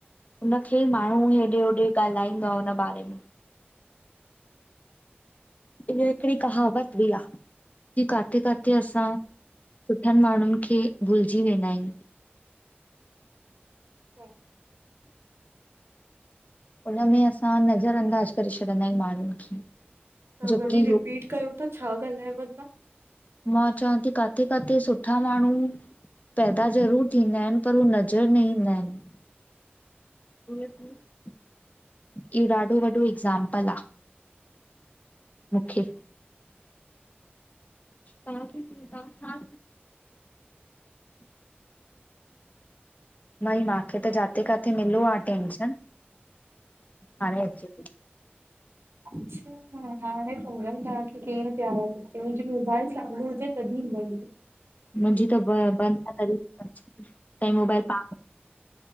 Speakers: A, on the left; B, on the right.
A: हुनखे माण्हू हेॾे, होॾे ॻाल्हाईंदो आ हुन बारे में। इते हिकिड़ी कहावत बि आहे कि काथे काथे असां सुठनि माण्हुनि खे भुलिजी वेंदा आहियु।
B: अच्छा <inaudible>
A: हुनमें असां नज़र अंदाज़ करे छॾींदा आहियूं माण्हुनि खे।
B: तव्हां
A: जोकी
B: वरी रिपीट
A: हू
B: कयो त छा ॻाल्हायव तव्हां।
A: मां। चवां थी काथे, काथे सुठा माण्हू। पैदा ज़रूर थींदा आहिनि पर हू नज़र न ईंदा आहिनि। ईअं थी <inaudible> इहो, ॾाढो वॾो एगज़ाम्पल आ, मूंखे। तव्हांखे तव्हां <unintelligible> भाई माखे त जाथे काथे मिलो आ अटेंशन। हाणे अचे
B: अच्छा हाणे सम्झमि तव्हांखे कीअं त आवाज़ अचे मुहिंजी मोबाइल चालू हुजे। तॾी मी। <unintelligible>
A: मुंहिंजी त ब बंदि आहे तॾहिं बि अचे, ताईं मोबाइल पाण